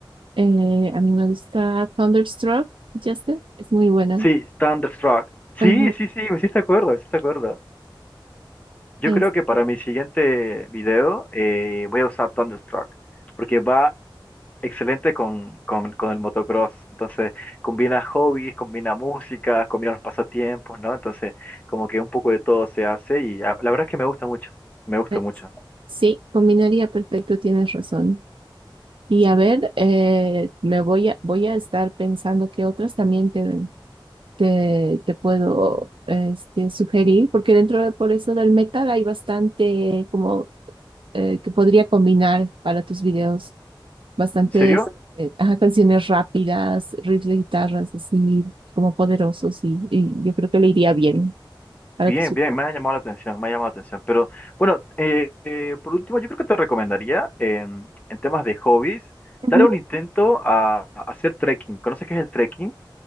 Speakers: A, on the right; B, on the left.
A: Eh, a mí me gusta Thunderstruck, Justin. Es muy buena.
B: Sí, Thunderstruck. Sí,
A: Ajá.
B: sí, sí, me hiciste acuerdo, me hiciste acuerdo. Yo
A: Es,
B: creo que para mi siguiente video eh, voy a usar Thunderstruck, porque va excelente con, con, con el motocross. Entonces, combina hobbies, combina música, combina los pasatiempos, ¿no? Entonces, como que un poco de todo se hace y ah, la verdad es que me gusta mucho, me gusta
A: es-
B: mucho.
A: sí, combinaría perfecto, tienes razón. Y a ver, eh, me voy a, voy a estar pensando que otras también te, te, te puedo este, sugerir, porque dentro de por eso del metal hay bastante como eh, que podría combinar para tus videos, bastantes
B: ¿En serio?
A: eh, ajá, canciones rápidas, riffs de guitarras así como poderosos y, y yo creo que le iría bien para
B: Bien,
A: tus videos.
B: bien, me ha llamado la atención, me ha llamado la atención. Pero bueno, eh, eh, por último, yo creo que te recomendaría eh, en temas de hobbies, darle
A: Ujú.
B: un intento a, a hacer trekking. ¿Conoces qué es el trekking?